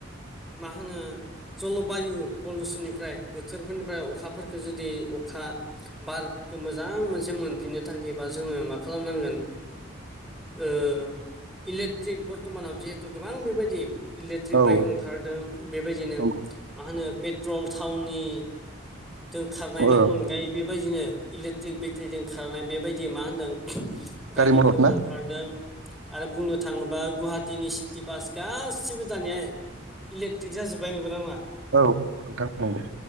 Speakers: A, in the centre; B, on the right.
A: मा होनो जल' बायु पलिउसननिफ्राय बोथोरफोरनिफ्राय अखाफोरफोरखौ जुदि अखा बारफोरखौ मोजां मोनसे मोनफिननो थाखायबा जोङो मा खालामनांगोन ओ इलेक्ट्रिक बर्थमानाव जिहेतु गोबां बेबायदि इलेक्ट्रिक
B: औ
A: बाइक ओंखारदों बेबायदिनो
B: नंगौ
A: मा होनो पेट्रल थावनि जों खारनायनि
B: औ
A: अनगायै बेबायदिनो इलेक्ट्रिक बेटारिजों खारनाय बेबायदि मा होनदों।
B: गारि
A: गारिफोर
B: मथर ना
A: ओंखारदों आरो बुंनो थाङोबा गुवाहाटीनि सिटि बास गासैबो दानिया इलेकट्रिक जाजोब्बाय नंगौना नङा
B: औ नंगौ नोंथां नंगौ